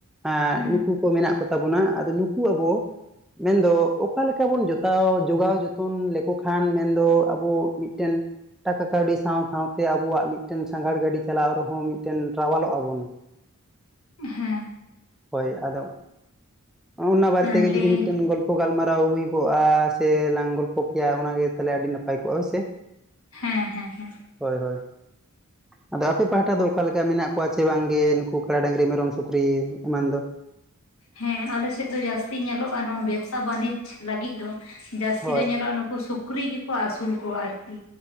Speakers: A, in the centre; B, on the left.
A: ᱮᱜ
B: ᱦᱮᱸ
A: ᱱᱩᱠᱩ ᱠᱚ ᱢᱮᱱᱟᱜ ᱠᱚᱛᱟ ᱵᱚᱱᱟ᱾ ᱟᱫᱚ ᱱᱩᱠᱩ ᱟᱵᱚ ᱢᱮᱱᱫᱚ ᱚᱠᱟ ᱞᱮᱠᱟ ᱵᱚᱱ ᱡᱚᱛᱟᱣ ᱡᱚᱜᱟᱣ ᱡᱚᱛᱚᱱ ᱞᱮᱠᱚ ᱠᱷᱟᱱ ᱢᱮᱱᱫᱚ ᱟᱵᱚ ᱢᱤᱜᱴᱮᱱ ᱴᱟᱠᱟ ᱠᱟᱹᱣᱰᱤ ᱥᱟᱶ ᱥᱟᱶᱛᱮ ᱟᱵᱚᱣᱟᱜ ᱢᱤᱫᱴᱮᱱ ᱥᱟᱸᱜᱷᱟᱲ ᱜᱟᱹᱰᱤ ᱪᱟᱞᱟᱣ ᱨᱮᱦᱚᱸ ᱢᱤᱜᱴᱮᱱ ᱨᱟᱣᱟᱞᱚᱜ-ᱟ ᱵᱚᱱ᱾
B: ᱦᱮᱸ,
A: ᱦᱳᱭ ᱟᱫᱚ, ᱚᱱᱟ ᱵᱟᱨᱮ
B: ᱟᱨ
A: ᱛᱮᱜᱮ
B: ᱞᱟᱹᱭ
A: ᱡᱩᱫᱤ ᱢᱤᱫᱴᱮᱱ ᱜᱚᱞᱯᱚ ᱜᱟᱞᱢᱟᱨᱟᱣ ᱦᱩᱭ ᱠᱚᱜᱼᱟ ᱥᱮ ᱞᱟᱝ ᱜᱚᱞᱯᱚ ᱠᱮᱭᱟ, ᱚᱱᱟᱜᱮ ᱛᱟᱦᱚᱞᱮ ᱟᱹᱰᱤ ᱱᱟᱯᱟᱭ ᱠᱚᱜᱼᱟ ᱦᱳᱭ ᱥᱮ᱾
B: ᱦᱮᱸ ᱦᱮᱸ ᱦᱮᱸ,
A: ᱦᱳᱭ ᱦᱳᱭ, ᱟᱫᱚ ᱟᱯᱮ ᱯᱟᱦᱟᱴᱟ ᱫᱚ ᱚᱠᱟ ᱞᱮᱠᱟ ᱢᱮᱱᱟᱜ ᱠᱚᱣᱟ ᱪᱮ ᱵᱟᱝᱜᱮ, ᱱᱩᱠᱩ ᱠᱟᱲᱟ ᱰᱟᱹᱝᱨᱤ ᱢᱮᱨᱚᱢ ᱥᱩᱠᱨᱤ ᱮᱢᱟᱱ ᱫᱚ?
B: ᱦᱮᱸ ᱟᱞᱮ ᱥᱮᱫ ᱫᱚ ᱡᱟᱹᱥᱛᱤ ᱧᱮᱞᱚᱜᱼᱟ, ᱱᱚᱣᱟ ᱵᱮᱵᱽᱥᱟ ᱵᱟᱹᱱᱤᱡᱽ ᱞᱟᱹᱜᱤᱫ ᱫᱚ ᱡᱟᱹᱥᱛᱤ
A: ᱦᱳᱭ
B: ᱫᱚ ᱧᱮᱞᱚᱜᱼᱟ, ᱱᱩᱠᱩ ᱥᱩᱠᱨᱤ ᱜᱮᱠᱚ ᱟᱹᱥᱩᱞ ᱠᱚᱣᱟ ᱟᱨᱠᱤ᱾